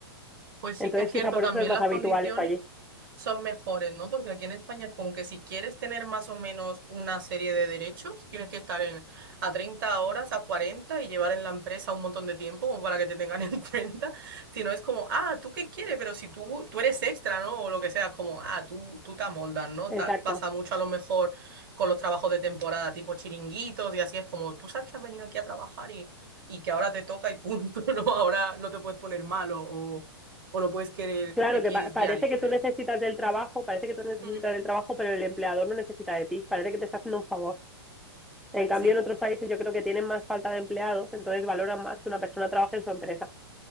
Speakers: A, on the right; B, in the centre.
A: Pues sí,
B: Entonces,
A: es cierto,
B: quizá por
A: también
B: eso es más
A: las
B: habitual
A: condiciones
B: esto allí.
A: son mejores, ¿no? Porque aquí en España es como que si quieres tener más o menos una serie de derechos, tienes que estar en, a 30 horas, a 40 y llevar en la empresa un montón de tiempo como para que te tengan <laughs> en cuenta. Si no es como, ah, ¿tú qué quieres? Pero si tú, tú eres extra, ¿no? O lo que sea, es como, ah, tú, tú te amoldas, ¿no?
B: Exacto.
A: Tal, pasa mucho a lo mejor con los trabajos de temporada, tipo chiringuitos y así es como, tú sabes que has venido aquí a trabajar y... y que ahora te toca y punto, <laughs> ¿no? Ahora no te puedes poner malo o no puedes querer
B: Claro,
A: X
B: que pa- parece
A: día libre.
B: que tú necesitas del trabajo, parece que tú necesitas
A: Mm,
B: del trabajo, pero el empleador no necesita de ti. Parece que te está haciendo un favor. En cambio,
A: sí.
B: en otros países yo creo que tienen más falta de empleados, entonces valoran más que una persona trabaje en su empresa.